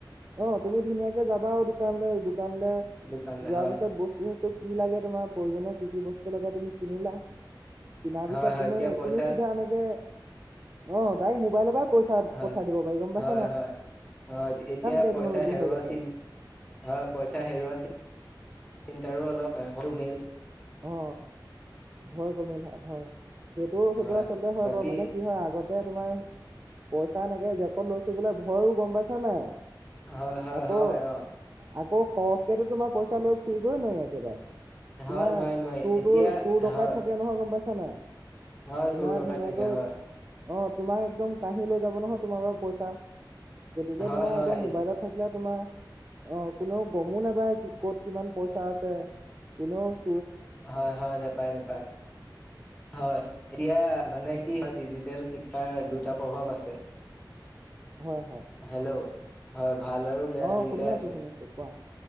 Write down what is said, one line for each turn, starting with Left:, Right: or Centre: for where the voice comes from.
Right: অঁ, তুমি ধুনীয়াকে যাবা আৰু দোকানলৈ দানে
Centre: দোকানলৈ
Right: যোৱাৰ
Centre: হয়,
Right: পিছত বস্চুচ ক'ত কি লাগে তোমাৰ প্ৰয়োজনৰ কি কি বস্তু লাগে তুমি কিনিলা? কিনাৰ পিছত
Centre: হয়, হয়
Right: তুমি,
Centre: এতিয়া পইচা
Right: তুমি চিধা এনেকে অঁ, তাইক মোবাইলৰ পৰা পইচা
Centre: হয়,
Right: পঠা দিব পাৰি গম পাইছ
Centre: হয়, হয়, অঁ, এতিয়া
Right: টেকনলজি
Centre: পইচা হেৰুৱা
Right: হৈ গৈছে
Centre: চিন, হয়, পইচা হেৰুওৱা চি তিনটাৰো অলপ <unintelligible> মিল।
Right: অ ভয় কমিল হয়। সেইটো সেইটো
Centre: হয়
Right: আচলতে হয়
Centre: বাকী
Right: বাৰু মানে কি হয় আগতে তোমাৰ পইচা এনেকে জেপত লৈ ফুৰিবলৈ ভয়ো গম পাইছা নাই
Centre: হয়! হয়
Right: আকৌ
Centre: হয় অ!
Right: আকৌ সৰহকেতো তোমাৰ পইচা লৈ ফুৰিবই নোৱাৰি একেবাৰে।
Centre: হয়
Right: তোমাৰ
Centre: নোৱাৰি, নোৱাৰি
Right: চুৰ
Centre: এতিয়া
Right: তোৰ চুৰ ডকাইত
Centre: হয়,
Right: থাকে নহয় গম পাইছা <unintelligible>
Centre: হয়
Right: তোমাৰ
Centre: চোৰ ডকাইট
Right: ধুনীয়াকৈ
Centre: থাকে হয়।
Right: অ তোমাক একদম কহি লৈ যাব নহয় তোমাৰ পৰা পইচা। গতিকে
Centre: হয়,
Right: তোমাৰ
Centre: হয়
Right: এতিয়া মোবাইলত থাকিলে তোমাৰ অ কোনেও গমো নাপায় কি ক'ত কিমান পইচা আছে কোনোচ
Centre: হয় হয় নাপায় নাপায় হয় <unintelligible> মানে কি
Right: অ
Centre: হয় ডিজিটেল শিক হে দুটা প্ৰভাৱ আছে।
Right: হয় হয়
Centre: হেল্ল'। হয়! ভাল আৰু বেয়া
Right: অ
Centre: দুইটাই
Right: শুনি আছো
Centre: আছে।
Right: শুনি আছো কোৱা